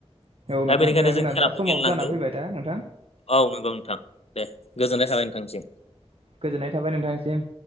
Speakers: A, on the right (about 60°); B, on the left (about 65°).
A: जोंहा
B: दा बेनिखायनो
A: जोंना
B: जों खेलाखौ
A: दा समावबो
B: गेलेनांगौ।
A: जाना फैबाय दा नोंथां
B: औ नोंगौ नोंथां दे गोजोननाय थाबाय नोंथांनिसिम।
A: गोजोननाय थाबाय नोंथांनिसिम।